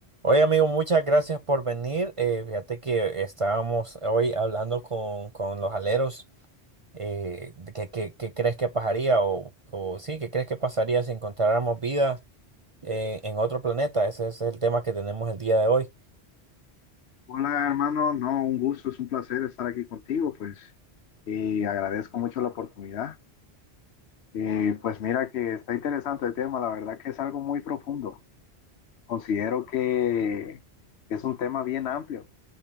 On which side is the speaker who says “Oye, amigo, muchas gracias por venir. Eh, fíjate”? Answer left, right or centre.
Right